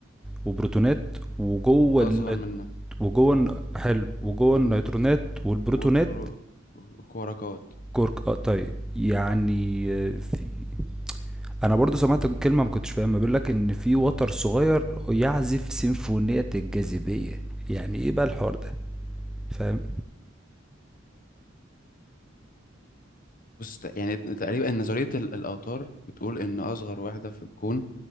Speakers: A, in the centre; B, on the left.
A: وبروتونات وجوه النيت...
B: اصغر منها
A: وجوه الن-
B: مم،
A: حلو
B: وبروتونات
A: وجوه النيترونات والبروتونات
B: وكرو- وكواركات
A: كورك اه طيب يعني آه، في انا برضو سمعت كلمه ما كنتش فاهمها بيقول لك ان في وتر صغير يعزف سيمفونيه الجاذبيه يعني ايه بقى الحوار ده فاهم
B: بص ت- يعني تقريبا نظريه ال- الاوتار بتقول ان اصغر واحده في الكون